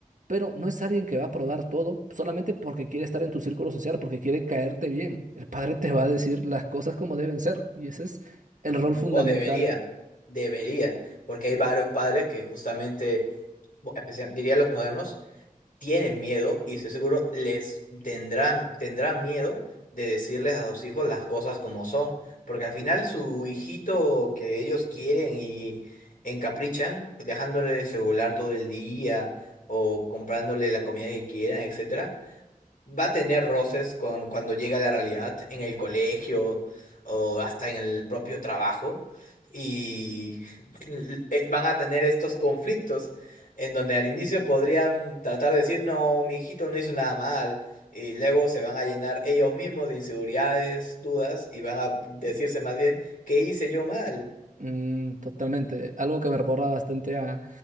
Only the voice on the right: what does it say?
pero no es alguien que va a probar todo solamente porque quiere estar en tu círculo social, porque quiere caerte bien. El padre te va a decir las cosas como deben ser y ese es el
rol fundamental.
Mm, totalmente. Algo que me recuerda bastante a,